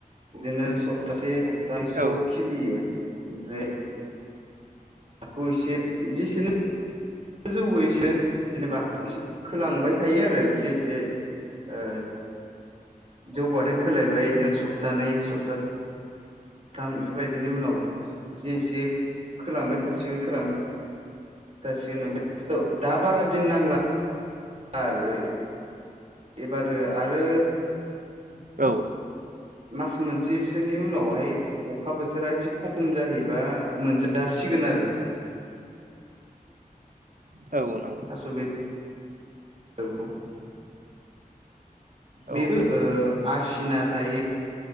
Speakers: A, on the right; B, on the right.
A: बिदिनो सप्तासे <unintelligible>
B: औ
A: आव खिलियो ओमफ्राय <unintelligible> <unintelligible> <unintelligible> जौ इसे जेनेबाखौ एसे खोलांबाय थायो आरो एसे एसे ओ जौबाथाय खोलायबाय बिदिनो सप्तानै सप्ता बेफोरबायदिनि उनाव एसे एसे खोलांबाय थासिगोन सिगोन। दा बारा दिन नांला आरो। एबारो आरो।
B: औ
A: मास मोनसेसोनि उनावहाय। अखा बोथोरा एसे खम जाहैबा मोनजासिगोन आरो।
B: औ। नंगौ
A: थास' <unintelligible> <unintelligible> बेबो
B: औ
A: ओ आसिना थायो।